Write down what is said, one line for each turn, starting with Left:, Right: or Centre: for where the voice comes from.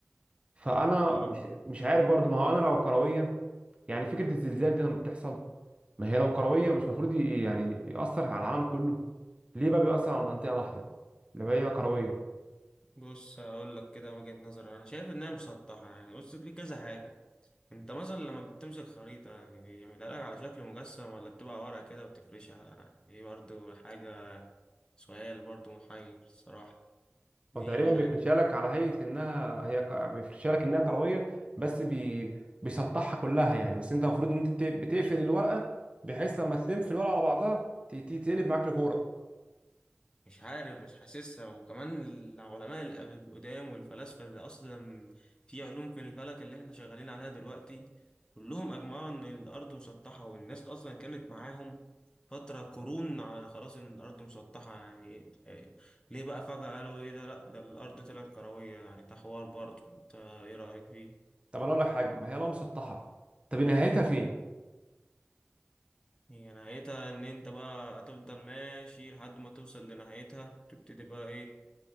Right: فانا
Left: طيب.
Right: مش مش عارف برضو ما هو انا لو كرويه يعني فكره الزلزال دي لما بتحصل ما هي لو كرويه مش المفروض يعني ياثر على العالم كله ليه بقى بيؤثر على منطقه واحده اللي هي كرويه
Left: بص هقول لك كده وجهة نظر انا شايف انها مسطحة يعني بص في كذا حاجة انت مثلا لما بتمسك خريطة يعني بيعملها لك على شكل مجسم ولا بتبقى ورقة كده وبتفرشها دي برضو حاجة سؤال برضو محير الصراحة دي
Right: هو تقريبا
Left: حاجة
Right: بيفرشها لك على هيئة انها هي ك- بيفرشها لك انها كروية بس بي... بيسطحها كلها يعني بس انت المفروض ان انت بت- بتقفل الورقة بحيث لما تلم في الورقة على بعضها ت- ت- تقلب معاك لكورة
Left: مش عارف مش حاسسها وكمان العلماء القب- القدام والفلاسفة اللي أصلا في علوم في الفلك اللي احنا شغالين عليها دلوقتي كلهم أجمعوا إن الأرض مسطحة والناس أصلا كانت معاهم فترة قرون على خلاص إن الأرض مسطحة يعني آه، ليه بقى فجأة قالوا إيه ده لأ ده الأرض طلعت كروية يعني ده حوار برضه أنت إيه رأيك فيه؟
Right: طب انا اقول لك حاجة ما هي لو مسطحة طب نهايتها فين؟
Left: هي نهايتها إن أنت بقى هتفضل ماشي لحد ما توصل لنهايتها تبتدي بقى إيه